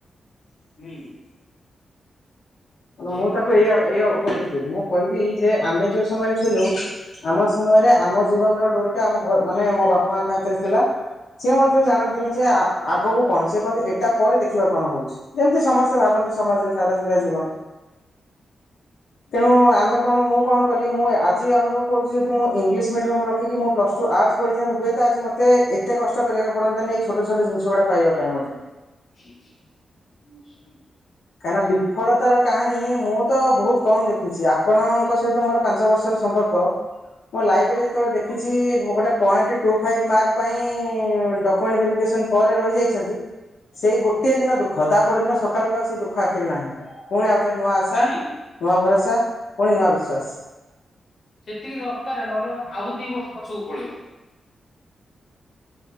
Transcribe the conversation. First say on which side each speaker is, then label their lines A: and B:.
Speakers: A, on the left; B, on the left.
A: ହୁଁ। ସେଇ
B: ମୁଁ
A: କଥା
B: ତାକୁ ଏଇୟା
A: ସେଇଟା
B: ଏଇୟା
A: କହିଲେ
B: ଉପଦେଶ ଦେବି ମୁଁ କହିବି ଯେ ଆମେ ଯୋଉ ସମୟରେ ଥିଲୁ ଆମ ସମୟରେ ଆମ ଜୀବନର ଡୋରି ଟା ଆମ ଘ ମାନେ ମୋ ବାପା ମାଙ୍କ ହାତରେ ଥିଲା। ସିଏ ମଧ୍ୟ ଜାଣନ୍ତିନି ଯେ ଆ ଆଗକୁ କଣ ସିଏ କହନ୍ତି ଏଟା ପରେ ଦେଖିବା କଣ ହଉଛି ଯେମିତି ସମ ସ୍ତେ ଭାବନ୍ତି ସମାଜରେ ସାଧା ସିଧା ଜୀବନ। ତେଣୁ ଆମେ କଣ ମୁଁ କଣ କଲି ମୁଁ ଏ ଆଜି ଅନୁଭବ କରୁଛି ଯଦି ମୁଁ ଇଂଲିଶ ମିଡିୟମ ରଖିକି ମୁଁ ପ୍ଲସ୍ ଟୁ ଆର୍ଟ ପଢିଥାନ୍ତିିୁ ହୁଏତ ଆଜି ମ ତେ ଏତେ କଷ୍ଟ କରିବାକୁ ପଡନ୍ତାନି ଏଇ ଛୋଟ ଛୋଟ ଜିନିଷ ଗୁଡା ପାଇବା ପାଇଁ ମ
A: <unintelligible>
B: କାହିଁକିନା ବିଫଳତାର କାହାଣୀ ମୁଁ ତ ବହୁତ କମ୍ ଦେଖିଛି ଆ ପଣଙ୍କ ସହିତ ମୋର ପାଞ୍ଚ ବର୍ଷର ସମ୍ପର୍କ ମୁଁ ଲାଇଭରେ ଯେତେବେଳେ ଦେଖିଛି ଗୋ ଗୋଟେ ପଏଣ୍ଟ ଟୁ ଫାଇଭ ମାର୍କ ପାଇଁ ଡକୁମେଣ୍ଟ ଭେରିଫିକେସନ ପରେ ରହିଯାଇଛନ୍ତି ସେଇ ଗୋଟିଏ ଦିନ ଦୁଃଖ ତା ପରଦିନ ସକାଳୁକୁ ଆଉ ସେ ଦୁଃଖ ଆଖିରେ ନାହିଁ। ପୁଣି ଆଉଥରେ ନୂଆ ଆଶା
A: ନାଇଁ
B: ନୂଆ ଭରସା ପୁଣି ନୂଆ ବିଶ୍ଵାସ।
A: ସେତିକି ଦରକାରେ ନହେଲେ ଆଉ ଦି ବର୍ଷ ପଛକୁ ପଳେଇବ।